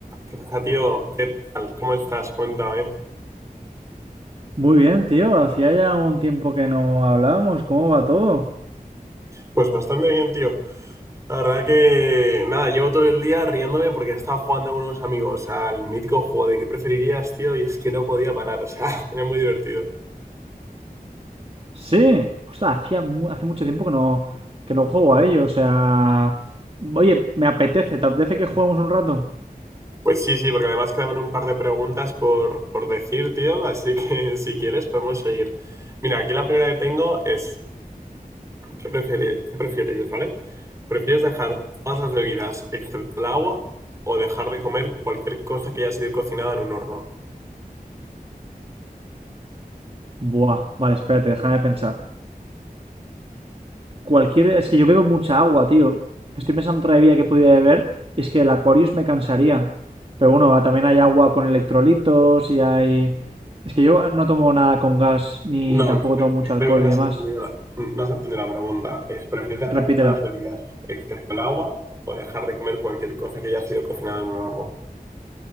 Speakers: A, on the right; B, on the right.
A: ¿Qué pasa, tío? ¿Qué tal? ¿Cómo estás? Cuéntame.
B: Muy bien, tío. Hacía ya un tiempo que no hablábamos. ¿Cómo va todo?
A: Pues bastante bien, tío. La verdad que, nada, llevo todo el día riéndome porque he estado jugando con unos amigos al mítico juego de qué preferirías, tío, y es que no podía parar, o sea, <laughs> era muy divertido.
B: Sí. O sea, hacía mu- hace mucho tiempo que no, que no juego a ello. O sea... Oye, me apetece. ¿Te apetece que juguemos un rato?
A: Pues sí, sí, porque además quedaban un par de preguntas por, por decir, tío, así que <laughs> si quieres podemos seguir. Mira, aquí la primera que tengo es, ¿qué prefiere, qué prefieres, ¿vale? ¿Prefieres dejar todas las bebidas excepto el agua o dejar de comer cualquier cosa que haya sido cocinada en un horno?
B: Buah, vale, espérate, déjame pensar. Cualquier... Es que yo bebo mucha agua, tío. Estoy pensando otra bebida que pudiera beber y es que el Aquarius me cansaría. Pero bueno, también hay agua con electrolitos y hay... Es que yo no tomo nada con gas ni
A: No,
B: tampoco tomo mucho alcohol
A: creo que no
B: y
A: has
B: demás.
A: entendido la, no has entendido la pregunta. Es, ¿prefieres dejar
B: Repítela.
A: todas las bebidas, excepto el agua, o dejar de comer cualquier cosa que haya sido cocinada en un horno?